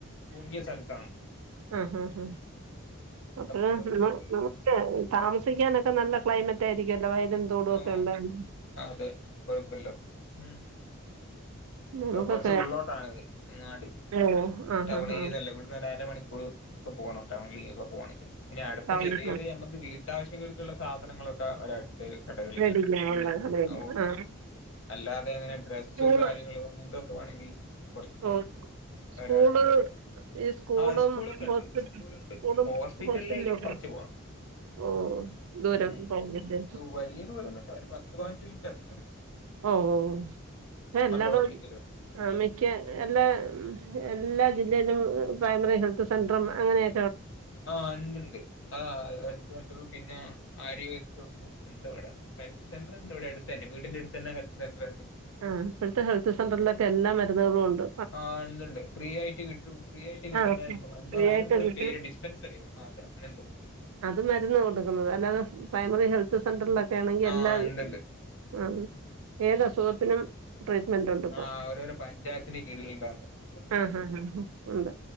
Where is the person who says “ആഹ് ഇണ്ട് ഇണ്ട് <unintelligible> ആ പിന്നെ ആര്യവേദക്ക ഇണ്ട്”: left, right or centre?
Left